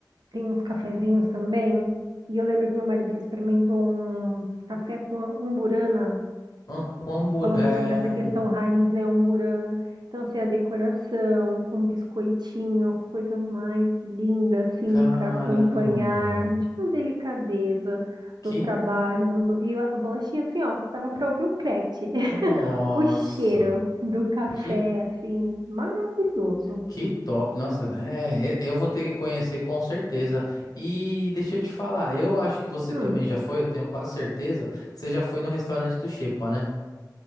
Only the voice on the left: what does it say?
ah, com hambúrguer.
É...
Caramba,
meu.
Que
Nossa,
que,
que top. Nossa, é, e- eu vou ter que conhecer com certeza. E deixa eu te falar, eu acho que você
também já foi, eu tenho quase certeza. Você já foi no restaurante do Xepa, né?